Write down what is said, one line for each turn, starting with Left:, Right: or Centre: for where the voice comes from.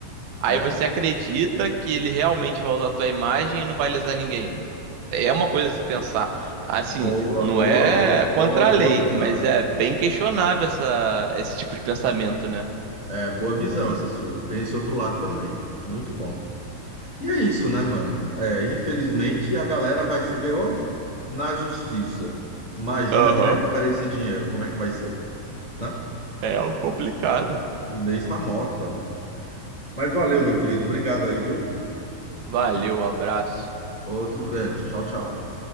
Right: Aí
Left: É.
Right: você acredita que ele realmente vai usar a tua imagem e não vai lesar ninguém. É uma coisa a se pensar. Assim,
Left: Boa,
Right: não
Left: boa,
Right: é
Left: boa, boa,
Right: contra
Left: boa
Right: a lei,
Left: visão.
Right: mas é bem questionável essa, esse tipo de pensamento, né?
Left: É, boa visão essa sua. Tem esse outro lado também. Muito bom. E é isso, né, mano? É, infelizmente a galera vai se ver onde? na justiça. Imagina
Right: Aham,
Left: para recuperar esse dinheiro, como é que vai ser, né?
Right: é o complicado.
Left: Inês está morta, né? Mas valeu, meu querido. Obrigado aí, viu?
Right: Valeu, abraço.
Left: Outro grande. Tchau, tchau.